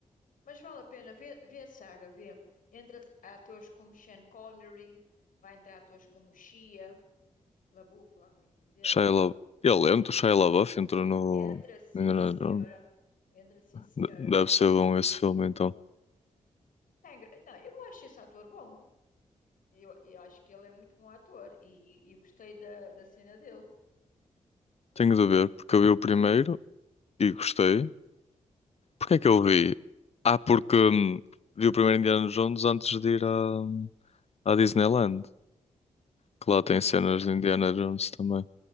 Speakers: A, on the left; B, on the left.
A: Mas vale a pena ver, ver a saga, ver. Entra atores como Sean Connery, vai entrar atores como Shia LaBeouf, lá como é que se diz ele.
B: Shia La... Ele entra, o Shia LaBeouf entrou no
A: Entra sim,
B: no Indiana
A: senhora.
B: Jones.
A: Entra sim, senhora.
B: De- Deve ser bom esse filme, então.
A: Tá engra- Não, eu acho esse ator bom. Eu, eu acho que ele é muito bom ator e, e gostei da, da cena dele.
B: Tenho de ver, porque eu vi o primeiro e gostei. Porquê é que eu vi? Ah, porque hum, vi o primeiro Indiana Jones antes de ir a à Disneyland, que lá tem cenas
A: Ah, foi.
B: de Indiana Jones também.